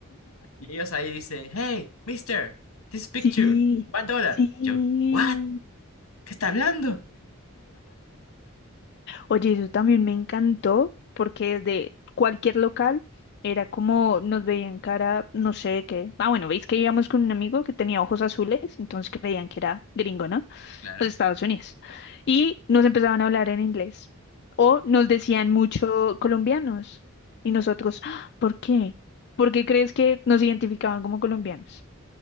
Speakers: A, on the left (about 75°); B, on the left (about 50°).
A: Y ellos ahí dicen, hey, mister, this picture,
B: Sí,
A: one dollar.
B: sí.
A: Yo, what? ¿Qué está hablando?
B: Oye, eso también me encantó porque desde cualquier local era como nos veían cara, no sé de qué. Ah, bueno, veis que íbamos con un amigo que tenía ojos azules, entonces creían que era gringo, ¿no?
A: Claro.
B: Los Estados Unidos. Y nos empezaban a hablar en inglés. O nos decían mucho colombianos. Y nosotros, "Ah, ¿por qué? ¿Por qué crees que nos identificaban como colombianos?